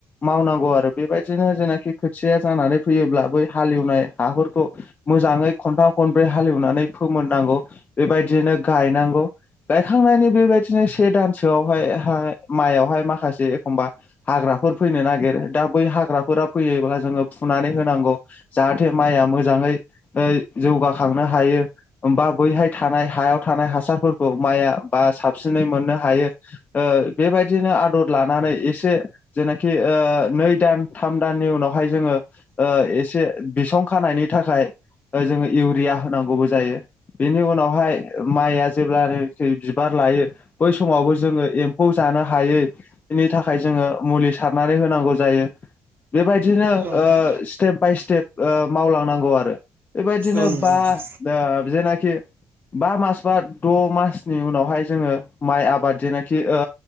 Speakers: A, on the left; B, on the right.
A: मावनांगौ आरो बेबायदिनो जेनाखि खोथिया जानानै फैयोब्ला बै हालेवनाय हाफोरखौ मोजाङै खनथाम खनब्रै हालेवनानै फोमोननांगौ बेबायदिनो गायनांगौ गायखां नायनि बेबायदिनो से दानसोआवहाय हाय माइयावहाय माखासे एखमबा हाग्राफोर फैनो नागिरो दा बै हाग्राफोरा फैयोब्ला जोङो फुनानै होनांगौ जाहाथे माइआ मोजाङै ओ जौगाखांनो हायो बा बैहाय थानाय हायाव थानाय हासारफोरखौ माइआ बा साबसिनै मोननो हायो ओ बेबायदिनो आदर लानानै एसे जेनाखि ओ नै दान थाम दाननि उनावहाय जोङो ओ एसे बिसं खानायनि थाखाय ओ जोङो इउरिया होनांगौबो जायो बेनि उनावहाय माइआ जेब्लानोखि बिबा लायो बै समावबो जोङो एम्फौ जानो हायैनि थाखाय जोङो मुलि सारनानै होनांगौ जायो बेबायदिनो
B: औ नोंथां
A: ओ स्टेप बाय स्टेप ओ मावलांनांगौ आरो। बेबायदिनो
B: औ नंगौ
A: बा
B: नोंथां
A: ओ जेनाखि। बा मास बा द' मासनि उनावहाय जोङो माइ आबाद जेनोखि ओ